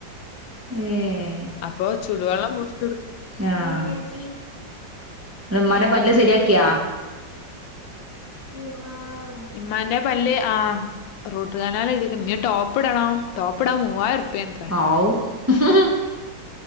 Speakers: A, on the right; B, on the left.
A: ഏഹ്
B: അപ്പൊ ചൂടുവെള്ളം പുട്
A: ങ്ങ്യാഹ് ന്ന് മ്മാനെ പല്ല്
B: ഉം.
A: ശരിയാക്കിയാ <inaudible>
B: ഇമാന്റെ പല്ല് ആഹ് റൂട്ട് കാനാലെയ്‌ത്ട്ട്ണ്ട് നി ടോപ്പ്ടണം. ടോപ്പ്ടാൻ മൂവാർപ്പ്യാണ് ത്രെ
A: ആവൂ ഹ് ഹ് ഹ്